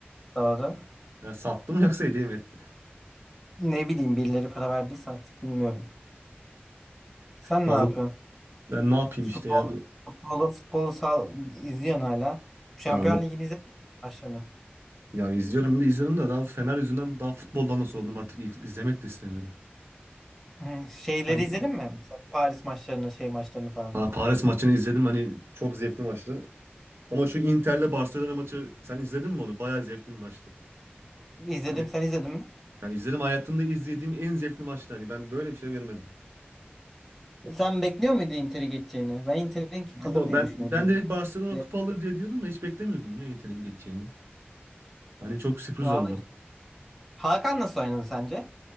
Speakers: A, in the centre; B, on the right.
A: Doğru.
B: Ben sattım yoksa hediye mi etti?
A: Ne bileyim birileri para verdiyse artık bilmiyorum. Sen
B: Vallahi
A: ne yapıyorsun?
B: ben ne yapayım
A: Futbol,
B: işte ya. bu-
A: futbolu, futbolu sal, izliyorsun hala. Şampiyon
B: Ya,
A: Ligi'ni izledin mi başlarını?
B: ya izliyorum da izliyorum da daha bu Fener yüzünden daha futboldan da soğudum artık iz- izlemek de istemiyorum.
A: Hı, Şeyleri
B: Hani
A: izledin mi? Mesela Paris maçlarını, şey maçlarını falan.
B: ha, Paris maçını izledim hani çok zevkli maçtı. Ama şu Inter'le Barcelona maçı sen izledin mi onu? Bayağı zevkli bir maçtı.
A: İzledim,
B: Hani
A: sen izledin mi?
B: ya izledim hayatımda izlediğim en zevkli maçtı. Hani ben böyle bir şey görmedim.
A: Sen bekliyor muydun Inter'i geçeceğini? Ben Inter'in
B: Yo
A: kalır diye
B: ben
A: düşünüyordum.
B: ben
A: ben
B: direkt Barcelona kupa
A: de.
B: alır diye diyordum da hiç beklemiyordum ya Inter'in geçeceğini. Hani çok sürpriz
A: Vallahi-
B: oldu.
A: Hakan nasıl oynadı sence?